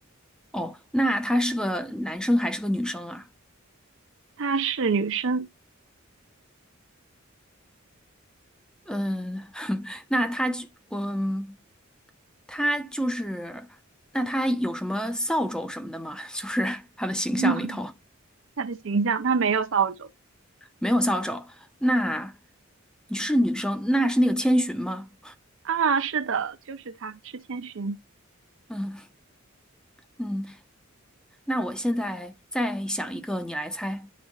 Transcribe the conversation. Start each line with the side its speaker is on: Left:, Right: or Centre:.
Centre: 哦，那他是个男生还是个女生啊？
Right: 她是女生，
Centre: 嗯，<laughs> 那他就，嗯，他就是，那他有什么扫帚什么的吗？<laughs> 就是他的形象里头
Right: <laughs> 她的形象，她没有扫帚
Centre: 没有扫帚。那你是女生，那是那个千寻吗？
Right: 啊。是的，就是她，是千寻。
Centre: 嗯嗯。那我现在再想一个，你来猜。